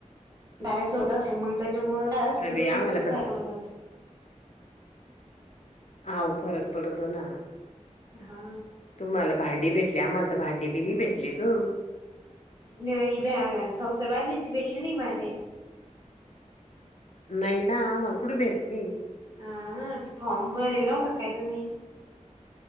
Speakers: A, on the right; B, on the left.
A: दऱ्याच होत, अस मग त्याच्यामुळे असत
B: काय बाई
A: तो
B: आम्हाला तर
A: फर पडून जातो.
B: आ हो फरक पडतो ना.
A: हा.
B: तुम्हाला भांडी भेटले आम्हाला तर भांडी बी नाही भेटले ग.
A: नी ब्या संसर वादल इंत भेटले नाही मांडे.
B: नाही ना आम्हाला कुडी भेटते.
A: हा हा ते फॉर्म भरल होत काय तुम्ही?